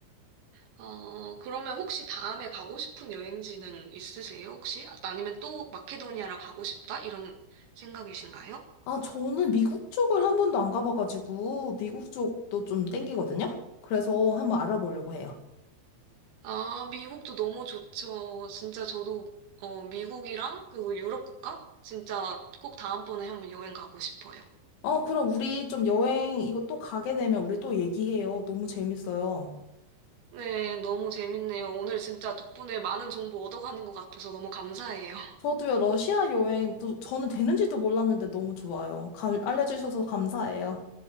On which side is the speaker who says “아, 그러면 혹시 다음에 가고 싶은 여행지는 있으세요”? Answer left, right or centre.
Right